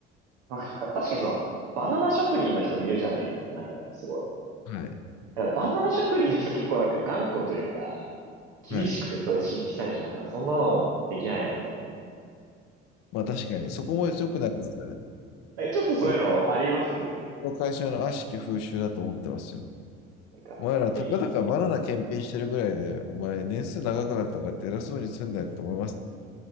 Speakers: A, on the right; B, on the left.
A: かに。なんか、確かにその、バナナ職人の人もいるじゃないですか、中にはすごい。
B: は。はい。
A: だからバナナ職人の人結構なんか頑固というか、厳しくて、
B: はい。
A: そういう新規参入者、なんか、そんなのできないのみたい
B: まあ確かに、そこも良くないですよね。
A: な。なんかちょっとそういうのありますよね。
B: 僕の会社の悪しき風習だと思ってますよ。
A: なんか、
B: お前ら、たかだかバナナ検品してるぐらいで、
A: え
B: お前、年数長くなったからって偉そうにすんなよと思います。